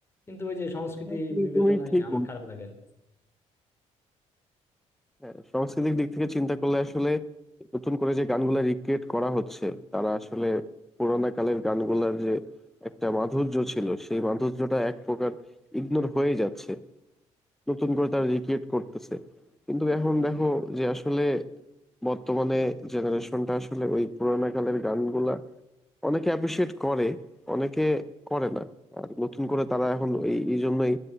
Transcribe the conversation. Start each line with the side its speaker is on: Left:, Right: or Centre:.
Left: কিন্তু ওই যে সংস্কৃতি
Centre: আসলে
Left: বিবেচনায়
Centre: তুমি ঠিক
Left: আমার
Centre: বলছো
Left: খারাপ লাগে আর কি।
Centre: হ্যাঁ সাংস্কৃতিক দিক থেকে চিন্তা করলে আসলে নতুন করে যে গানগুলা রিক্রিয়েট করা হচ্ছে তারা আসলে পুরোনো কালের গানগুলার যে একটা মাধুর্য ছিল সেই মাধুর্যটা এক প্রকার ইগনোর হয়ে যাচ্ছে নতুন করে তারা রিক্রিয়েট করতেছে কিন্তু এখন দেখো যে আসলে বর্তমানে জেনারেশনটা আসলে ওই পুরোনো কালের গানগুলা অনেকে অ্যাপ্রিসিয়েট করে অনেকে করে না আর নতুন করে তারা এখন এই এই জন্যই